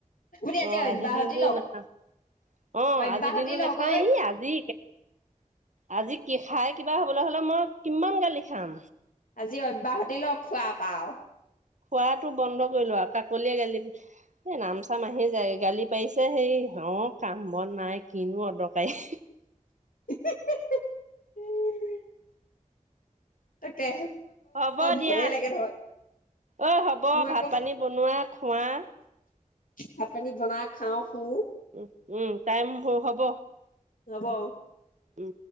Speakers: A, on the left (about 90°); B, on the right (about 60°).
A: আপুনি আজি
B: অ
A: অব্যাহতি
B: দিনটো
A: লওক
B: নাখাওঁ অ
A: অব্যাহতি
B: আজিৰ দিনটো
A: লওক
B: নাখাওঁ
A: ঐ
B: এই আজি আজি কি খাই কিবা হ'বলৈ হ'লে মই কিমান গালি খাম
A: আজি অব্যাহতি লক খোৱা পাওঁ
B: খোৱাটো বন্ধ কৰিলো আৰু কাকলিয়ে গালি এ নাম চাম আহি যায় গালি পাৰিছে সেই অ কাম বন নাই কিনো অদৰকাৰী
A: উম <inaudible> তাকে
B: হ'ব
A: ভয়ে
B: দিয়া
A: লাগে নহয়
B: অঐ হ'ব
A: মোৰ
B: ভাত
A: আকৌ
B: পানী বনোৱা খোৱা
A: ভাত পানী বনা খাও শু
B: উ উম টাইম হব
A: ল'ব আৰু
B: উম